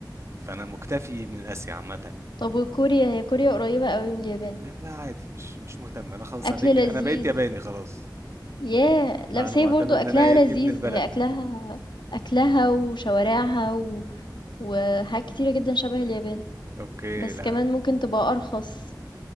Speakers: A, on the right (about 35°); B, on the left (about 80°).
A: فانا مكتفي من اسيا عامة يعني.
B: طب وكوريا هي كوريا قريبة قوي من اليابان
A: يعني لا عادي مش مش مهتم انا خلاص
B: أكل
A: انا بقيت
B: لذيذ
A: انا بقيت ياباني خلاص
B: ياه لا
A: انا
B: بس
A: معتبر
B: هي برضو أكلها
A: ان انا
B: لذيذ
A: اب- ابن البلد
B: هي أكلها أكلها وشوارعها و... وحاجات كتيرة جدا شبه اليابان
A: اوكي
B: بس
A: لا
B: كمان ممكن تبقى أرخص